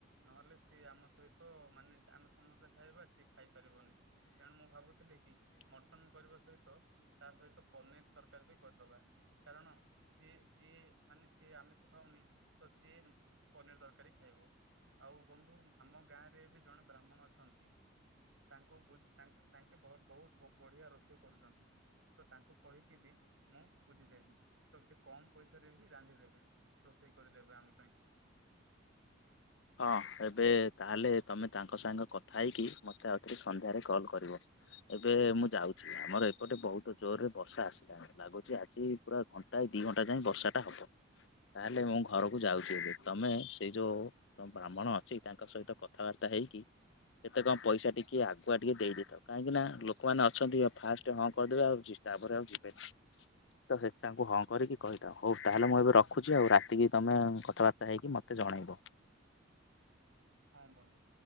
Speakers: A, on the right; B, on the left.
A: ନହେଲେ ସିଏ ଆମ ସହି ତ ମାନେ ଆମେ ସମସ୍ତେ ଖାଇବା ସିଏ ଖାଇପାରିବନି। ତେଣୁ ମୁଁ ଭାବୁଥିଲି କି ମଟନ କରିବା ସହିତ। ତା ସହିତ ପନିର ତରକାରୀ ବି କରିଦେବା କାରଣ। ସିଏ ଯିଏ ମାନେ ସିଏ ଆମିଷ ଖାଉନି ତ ସିଏ ପନିର ତରକାରୀ ଖାଇବ। ଆଉ ବନ୍ଧୁ ଆମ ଗାଁ ରେ ବି ଜଣେ ବ୍ରାହ୍ମଣ ଅଛନ୍ତି। ତାଙ୍କୁ ବୁ ତାଙ୍କେ ତାଙ୍କେ ବହୁତ ବଢିଆ ରୋଷେଇ କରୁଛନ୍ତି ତ ତାଙ୍କୁ କହିକି ବି ମୁଁ ବୁଝିଦେବି ତ ସେ କମ ପଇସାରେ ବି ରାନ୍ଧିଦେବେ। ରୋଷେଇ କରିଦେବେ ଆମ ପାଇଁ।
B: ହଁ ଏବେ ତାହେଲେ ତମେ ତାଙ୍କ ସାଙ୍ଗ କଥା ହେଇକି ମୋତେ ଆଉଥରେ ସନ୍ଧ୍ୟାରେ କଲ୍ କରିବ। ଏବେ ମୁଁ ଯାଉଛି ଆମର ଏପଟେ ବହୁତ ଜୋରରେ ବର୍ଷା ଆସିଲାଣି। ଲାଗୁଛି ଆଜି ପୁରା ଘଣ୍ଟା ଦି ଘଣ୍ଟା ଯାଏଁ ବର୍ଷା ଟା ହବ। ତାହେଲେ ମୁଁ ଘରକୁ ଯାଉଛି ଏବେ ତମେ ସେଇ ଯୋଉ ତ ବ୍ରାହ୍ମଣ ଅଛି ତାଙ୍କ ସହିତ କଥାବାର୍ତ୍ତା ହେଇକି କେତେ କଣ ପଇସା ଟିକିଏ ଆଗୁଆ ଟିକେ ଦେଇଦେଇଥାଉ। କାହିଁକି ନା ଲୋକମାନେ ଅଛନ୍ତି ଆଉ ଫାଷ୍ଟ ହଁ କରିଦେବେ ଆଉଛି ତାପରେ ଆଉ ଯିବେନି। ତ ସେ ତାଙ୍କୁ ହଁ କରିକି କହିଥାଅ ହଉ ତାହଲେ ମୁଁ ଏବେ ରଖୁଛି ଆଉ ରାତିକି ତମେ କଥାବାର୍ତ୍ତା ହେଇକି ମତେ ତେ ଜଣେଇବ।
A: ହଁ ବନ୍ଧୁ।